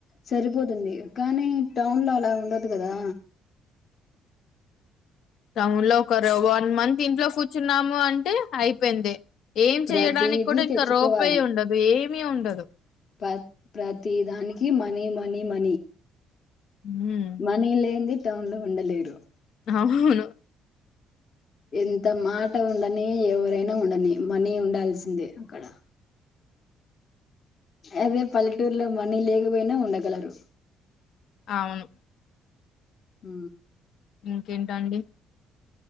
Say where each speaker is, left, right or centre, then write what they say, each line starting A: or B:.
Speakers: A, on the left; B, on the left.
A: సరిపోతుంది కానీ టౌన్ లో అలా ఉండదు కదా
B: టౌన్ లో ఒకరు వన్ మంత్ ఇంట్లో కూర్చున్నాము అ అంటే అయిపోయింది ఏం
A: ప్రతిదీ
B: చెయడానికి కూడా ఇంకా
A: తెచ్చుకోవాలి
B: రోపాయి ఉండదు ఏం ని ఉండదు
A: ప్ర ప్రతిదానికి మనీ మనీ మనీ
B: ఉమ్
A: మనీలేంది టౌన్ లో ఉండలేరు
B: అవును
A: ఎంత మాట ఉండని ఎవరైనా ఉండని మనీ ఉండాల్సిందే అక్కడ అదే పల్లెటూరులో మనీ లేకపోయినా ఉండగలరు
B: అవును
A: ఊ
B: ఇంకేంటండి